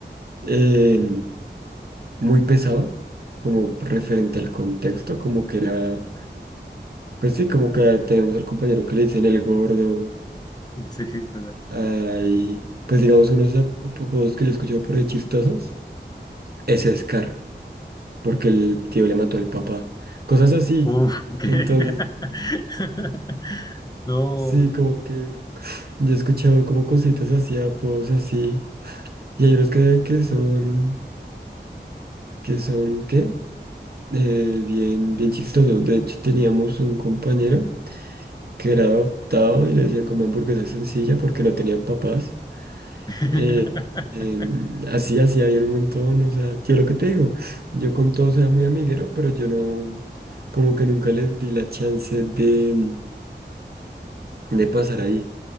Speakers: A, on the right; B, on the left.
A: eh, muy pesado, como referente al contexto, como que era, pues sí, como que tenemos al compañero que le dicen el gordo,
B: Sí, sí, total.
A: hay, pues digamos, unos apodos que yo he escuchado por ahí chistosos, es Scar, porque el tío le mató al papá, cosas así.
B: Uf, ¿qué?
A: Entonces,
B: <laughs> No.
A: Sí, como que <sighs> yo he escuchado como cositas así, apodos así, y hay unos que, que son, que son, ¿qué? Eh, bien, bien chistosos. De hecho, teníamos un compañero que era adoptado y le decían como hamburguesa sencilla porque no tenían papás.
B: <laughs>
A: Eh, em, así, así había un montón, o sea, yo lo que te digo, <sighs> yo con todos era muy amiguero, pero yo no, como que nunca les di la chance de, de pasar ahí.